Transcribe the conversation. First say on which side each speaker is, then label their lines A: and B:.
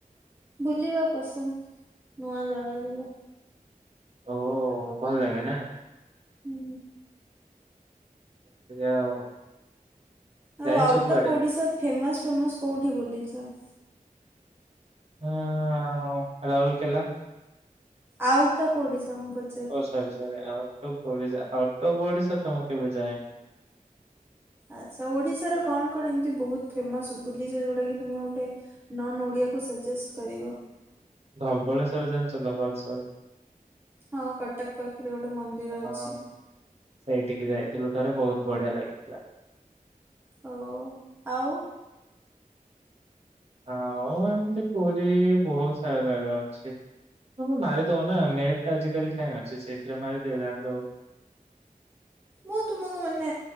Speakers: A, on the right; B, on the right.
A: ବୁଲିବା ପସନ୍ଦ ନୂଆ ଜାଗା ଯିବା।
B: ଓ ଭଲ ଲାଗେ ନା।
A: ହୁଁ।
B: ସେଇୟା ଆଉ।
A: ଆଉ
B: ଯାଇଛ
A: ଆଉଟ
B: କୁଆଡେ?
A: ଅଫ ଓଡିଶା ଫେମସ ଫେମସ କୋଉଠି ବୁଲିଚ?
B: ଆଁ ଉଁ ରାଉଲୁକେଲା।
A: ଆଉଟ ଅଫ ଓଡିଶା ମୁଁ ପ
B: ଓ sorry sorry out of Odisha. Out of Odisha ତ ମୁଁ କେବେ ଯାଇନି।
A: ଆଚ୍ଛା ଓଡିଶାର କଣ କଣ ଏମିତି ବୋହୁତ ଫେମସ ବୁଲିଚ ଯୋଉଟା କି ତମେ ଗୋଟେ ନନ ଓଡିଆକୁ ସଜେଷ୍ଟ କରିବ।
B: ଧବଳେଶ୍ଵର ଜାଣିଚ ଧବଳେଶର।
A: ହଁ କଟକ ପାଖରେ ଗୋଟେ ମନ୍ଦିର
B: ହଁ
A: ଅଛି।
B: ସେଇଠିକି ଯାଇଥିଲୁ ଥରେ ବୋହୁତ ବଢିଆ ଲାଗିଥିଲା।
A: ଓ ଆଉ।
B: ଆଉ ଏମିତି ପୁରି ବୋହୁତ ସାରା ଜାଗା ଅଛି। ତମେ ମାରିଦଉନା ନେଟ୍ ଟା ଆଜିକାଲି କାଇଁ ଅଛି। ସେଥିରେ ମାରିଦଅ ଜାଣିଦବ।
A: ମୁଁ ତୁମକୁ ମାନେ